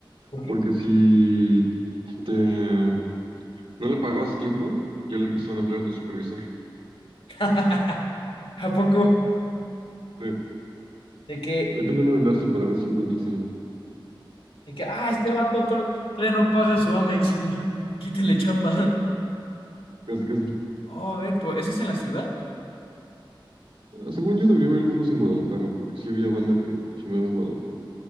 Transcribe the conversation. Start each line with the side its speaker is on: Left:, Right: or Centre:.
Left: ¿Por qué?
Right: Porque si te no le pagabas a tiempo, ya le empezaron a hablar a tu supervisor.
Left: <laughs> ¿A poco?
Right: Sí.
Left: De que,
Right: Ahí te mando el enlace para ver si encuentras algo.
Left: de que, ah, este vato to- todavía no paga su Amex. <laughs> Quítenle chamba.
Right: Casi, casi.
Left: Oh, a ver, pero ¿eso es en la ciudad?
Right: Ah, según yo debería haber algunos en Guadalajara, porque sí había banda que chambeaba en Guadalajara.